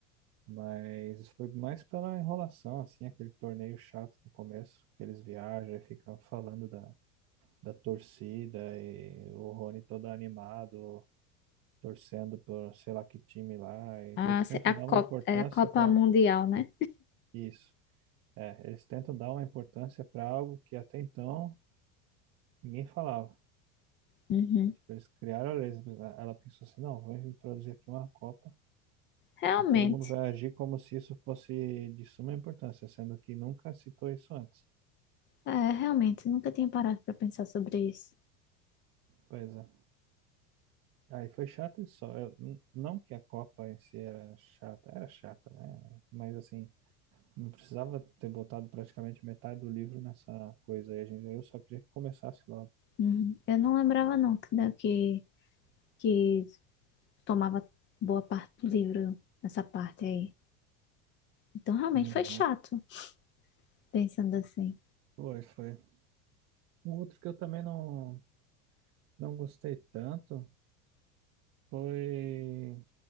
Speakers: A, on the right; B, on the left.
A: Mas foi mais pela enrolação, assim, aquele torneio chato no começo, que eles viajam e ficam falando da, da torcida e o Rony todo animado, torcendo por sei lá que time lá. E
B: Ah,
A: eles tentam
B: se- a,
A: dar
B: Copa,
A: uma importância
B: a Copa
A: para
B: Mundial, né?
A: isso. É, eles tentam dar uma importância para algo que até então ninguém falava.
B: Uhum.
A: Tipo, eles criaram a lesma. Ela pensou assim, não, vamos introduzir aqui uma Copa
B: Realmente,
A: e todo mundo vai agir como se isso fosse de suma importância, sendo que nunca citou isso antes.
B: é, realmente, nunca tinha parado para pensar sobre isso.
A: Pois é. Aí foi chato isso só. Eu- n- não que a Copa em si era chata, era chata, né? Mas assim, não precisava ter botado praticamente metade do livro nessa coisa aí. gente- Eu só queria que começasse logo.
B: Uhum. Eu não lembrava não que, né, que, que tomava boa parte do livro nessa parte aí. Então realmente
A: Uhum.
B: foi chato, pensando assim.
A: Foi, foi. Um outro que eu também não, não gostei tanto foi